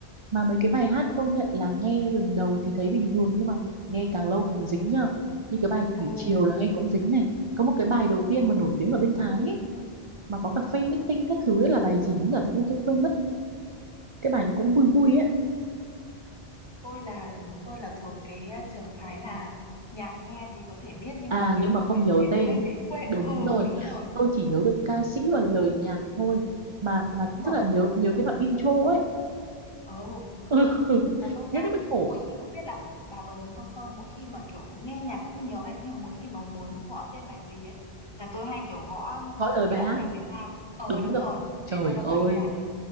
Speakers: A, on the right; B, on the left.
A: mà mấy cái bài hát công nhận là nghe lần đầu thì thấy bình thường nhưng mà nghe càng lâu càng dính nhở như cái bài
B: ừ
A: Thủy Triều là nghe cũng dính này có một cái bài đầu tiên mà nổi tiếng ở bên Thái ấy mà có cả fan meeting các thứ ấy là bài gì nhỉ tự nhiên tôi quên mất cái bài nó cũng vui vui ấy
B: tôi là tôi là thuộc cái uh, trường phái là nhạc nghe thì có thể biết nhưng
A: À
B: mà nếu
A: nhưng
B: mà
A: mà không
B: nói
A: nhớ
B: tên
A: tên.
B: là hay bị quên
A: Đúng
B: ừ
A: rồi.
B: đúng rồi
A: Tôi chỉ nhớ được ca sĩ và lời nhạc thôi. Mà mà
B: đúng
A: rất
B: rồi
A: là nhớ nhớ cái đoạn intro ấy.
B: ừ
A: <laughs>
B: và tôi nhá
A: Thế nó mới khổ.
B: mỗi khi không biết là bà có giống tôi không mỗi khi mà kiểu nghe nhạc cũng nhiều đấy nhưng mà mỗi khi mà muốn gõ tên bài gì ấy là tôi hay kiểu gõ
A: Gõ
B: thẳng
A: lời bài
B: cái đoạn
A: hát.
B: nhạc đấy ra ờ
A: Đúng
B: đúng
A: rồi.
B: rồi
A: Trời
B: để cho nó
A: ơi.
B: gợi ý bài đấy